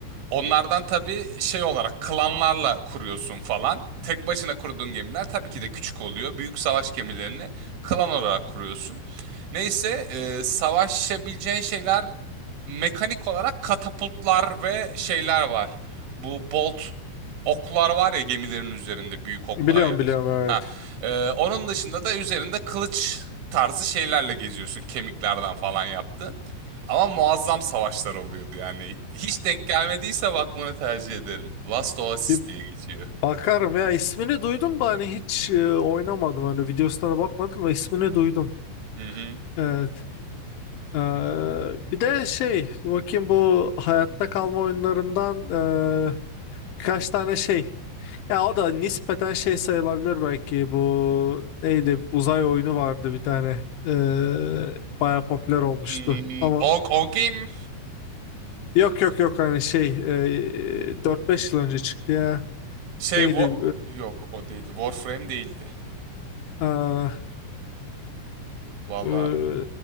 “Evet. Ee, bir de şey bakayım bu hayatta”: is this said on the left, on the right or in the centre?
Left